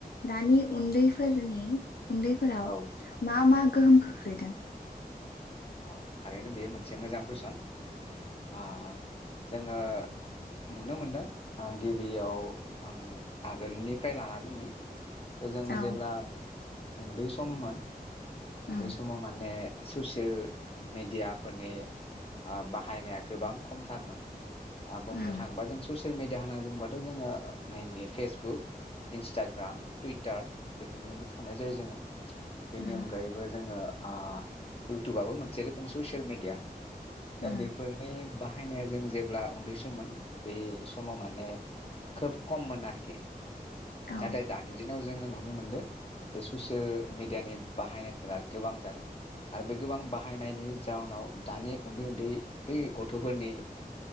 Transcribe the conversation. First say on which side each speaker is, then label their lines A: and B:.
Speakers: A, on the left; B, on the left.
A: दानि उन्दैफोरनि उन्दैफोराव
B: औ
A: मा मा गोहोम खोख्लैदों
B: औ थारैनो बे मोन मोनसे मोजां कुइसन। ओ। जोङो नुनो मोनदों आ गिबियाव आं आगोलनिफ्राय ला बुंनि
A: औ
B: जोङो जेब्ला उन्दै सममोन
A: उम
B: बे समाव माने ससियेल मेडियाफोरनि ओ बाहायनाया गोबां खमथारमोन। बुंनो
A: उम
B: थाङोबा जों ससे ससियेल मिडिया होनना बुंङोबाथ' जोङो मेइेनलि फेसबुक इन्सटाग्राम टुइटार बेफोरखौनोबो साननाय जायो जोङो। बिनि
A: उम
B: अनगायै ओ आ इउटुबाबबो मोनसे रोखोमनि ससियेल मिेडिया दा
A: उम
B: बेफोरनि बाह बाहायनाया जों जेब्ला उन्दै सममोन बे समा माने खोब खममोन आरोखि
A: औ
B: नाथाय दानि दिनाव जोङो नु नुनो मोनदो बे मियानि बाहायना फोर गोबां जादों आरो बे गोबां बाहायनायनि जाउनाव दानि उन्दै उन्दै बै गथ'फोरनि